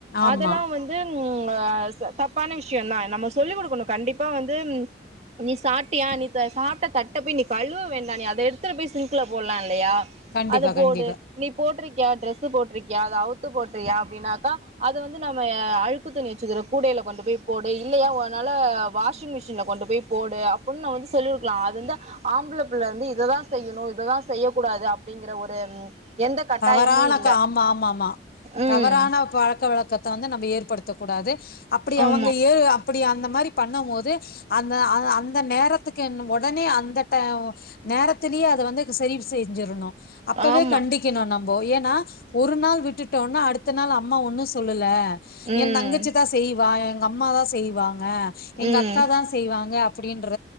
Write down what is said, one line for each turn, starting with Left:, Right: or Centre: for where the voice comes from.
Left: ஆமா
Right: அதெல்லா வந்து உம் அஹ் ச தப்பான விஷயம் தா நம்ம சொல்லிக் கொடுக்கணு கண்டிப்பா வந்து நீ சாப்ட்டியா நீ சாப்ட தட்ட போய் நீ கழுவ வேண்டாம் நீ அத எடுத்துட்டு போய் சிங்க்கல போடலால இல்லையா
Left: கண்டிப்பா
Right: அது போடு
Left: கண்டிப்பா
Right: நீ போட்ரு கியா டிரெஸ்ஸூ போட்டிருக்கியா அத அவுத்து போட்டிருக்கியா அப்டினாக்கா அது வந்து நம்ம அழுக்கு துணி வச்சுக்கிற கூடையி ல கொண்டு போய் போடு இல்லையா உன்னால வாஷிங் மிஷின்ல கொண்டு போய் போடு அப்டின்னு நம்ம வந்து சொல்லி குடுக்கலா அது வந்து ஆம்பளப்புள்ள வந்து இதுதா செய்யணு இதுதா செய்யக்கூடாது அப்டிங்கிற ஒரு எந்த கட்டாயமு
Left: தவறானாக்க
Right: இல்ல
Left: ஆமா ஆமா ஆமா
Right: ம்
Left: தவறான பழக்க வழக்கத்த வந்து நம்ம ஏற்படுத் த்தக் கூடாது அப்டி அவுங்க
Right: ஆமா
Left: ஏ அப்டி அந்த மாரி பண்ணும் போது அந்த அது அந்த நேரத்துக்கு என்னு உடனே அந்த த நேரத்திலயே அத வந்து சரி செஞ்சிறணு அப்பவே
Right: ஆமா
Left: கண்டிப் நம்போ ஏன்னா ஒரு நாள் விட்டுட்டோன்னா அடுத்த நாள் அம்மா ஒன்னு சொல்லல
Right: ம்
Left: என் தங்கச்சி தா செய்வா எங்க அம்மா தா செய்வாங்க
Right: ம்
Left: எங்க அக்கா தா செய்வாங்க அப் அப்டின்ற